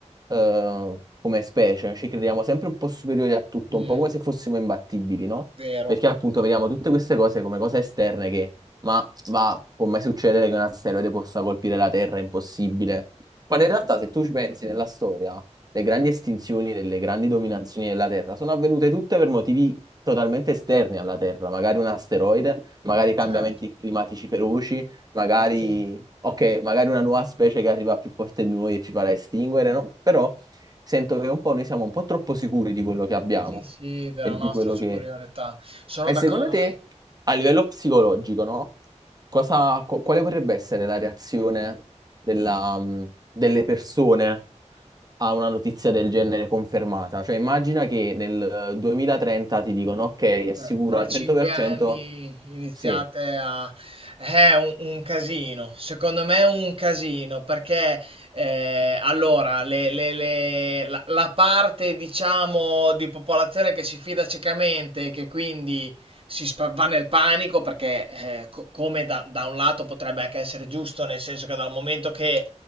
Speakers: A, on the right; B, on the right.
A: eh, come specie, ci crediamo sempre un po' superiori a tutto,
B: Mm,
A: un po' come se fossimo imbattibili, no?
B: vero.
A: Perché appunto vediamo tutte queste cose come cose esterne che, ma va, può mai succedere che un asteroide possa colpire la Terra, è impossibile. Quando in realtà, se tu ci pensi nella storia, le grandi estinzioni delle grandi dominazioni della Terra sono avvenute tutte per motivi totalmente esterni alla Terra, magari un asteroide, magari cambiamenti
B: certo.
A: climatici feroci, magari,
B: Sì.
A: ok, magari una nuova specie che arriva più forte di noi e ci farà estinguere, no? Però sento che un po' noi siamo un po' troppo sicuri di quello che abbiamo
B: Sì, sì, della
A: e
B: nostra
A: di quello
B: superiorità.
A: che
B: Sono
A: e
B: d'accordo.
A: secondo te,
B: no?
A: a livello psicologico, no? Cosa, qu- quale potrebbe essere la reazione della, mh, delle persone a una notizia del genere confermata? Cioè, immagina che nel eh, 2030 ti dicono, ok, è sicuro
B: Eh, Tra
A: al
B: cinque
A: 100%,
B: anni iniziate
A: sì,
B: a... È un, un casino, secondo me è un casino, perché eh, allora le- le- le- la, la parte, diciamo, di popolazione che si fida ciecamente e che quindi si spa- va nel panico, perché eh, co- come da, da un lato potrebbe anche essere giusto, nel senso che dal momento che